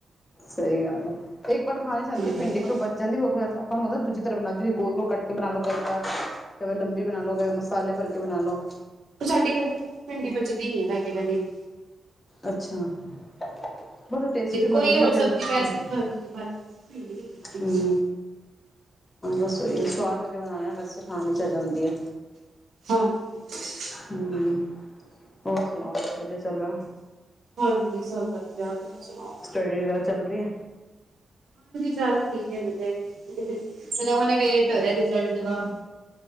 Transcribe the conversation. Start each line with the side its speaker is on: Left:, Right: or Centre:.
Left: ਸਹੀ ਗੱਲ ਆ। ਇੱਕ ਵਾਰ ਖਾਣੀ ਈ ਜਾਂਦੀ
Right: ਹਮ
Left: ਡਿੰਡੀ, ਫਿਰ ਬਚ ਜਾਂਦੀ ਓ ਫਿਰ ਆਪਾਂ ਨੂੰ ਹੁੰਦਾ ਦੂਜੀ ਤਰ੍ਹਾਂ ਬਣਾ ਜਿਰੀ ਗੋਲ ਗੋਲ‌ ਕਟ ਕਿ ਬਣਾ ਲਓ ਕਈ ਵਾਰ। ਕਈ ਵਾਰ ਲੰਬੀ ਬਣਾ ਲਓ, ਕਦੇ ਮਸਾਲੇ ਭਰ ਕੇ ਬਣਾ ਲਓ।
Right: ਉਹ ਸਾਡੇ ਘਰ ਚ ਭਿੰਡੀ ਬਚਦੀ ਨੀਂ ਏ। <unintelligible> ਕਦੀ ਵੀ
Left: ਅੱਛਾ- ਬੜੀ ਟੇਸਟੀ
Right: ਕੋਈ
Left: ਬਣਦੀ
Right: ਹੋਰ
Left: ਨਾ ਫੇਰ
Right: ਸਬਜ਼ੀ
Left: <unintelligible>
Right: ਵੈਸੇ ਵੀ ਬਣਦੀ ਬਾਕੀ ਭਿੰਡੀ ਨੀ ਬਚਦੀ ਕਦੀ
Left: ਹਂ ਬਸ ਉਹੀ ਸਵਾਦ ਅਗਰ ਬਣਾਣਾ ਬਸ ਖਾਣੀ ਤਾਂ ਜਾਂਦੀ ਆ
Right: <unintelligible>
Left: ਹੂੰ, ਹੋਰ ਸੁਣਾਓ ਸਭ ਵਧੀਆ ਚੱਲਦਾ।
Right: ਹਾਂਜੀ ਸਭ ਵਧ ਵਧੀਆ। ਸੁਣਾਓ
Left: ਸਟਡੀ ਵਗੈਰਾ ਚੱਲ ਰੀਏ।
Right: ਚੱਲ ਰੀ ਅਲੇ ਤੇ <unintelligible> ਵੇਟ ਹੋ ਰਿਹਾ ਰਿਜ਼ਲਟ ਦਾ। <inaudible>